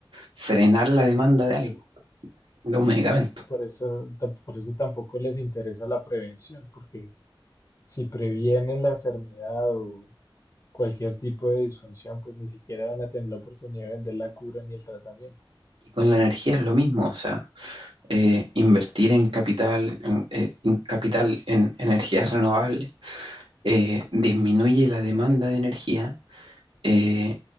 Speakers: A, on the right; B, on the left.
A: frenar la demanda de algo, de un medicamento.
B: Y por eso, ta- por eso tampoco les interesa la prevención, porque si previenen la enfermedad o cualquier tipo de disfunción, pues ni siquiera van a tener la oportunidad de vender la cura ni el tratamiento.
A: Y con la energía es lo mismo, o sea, eh, invertir en capital, en, eh, en capital en energías renovables eh, disminuye la demanda de energía Eh,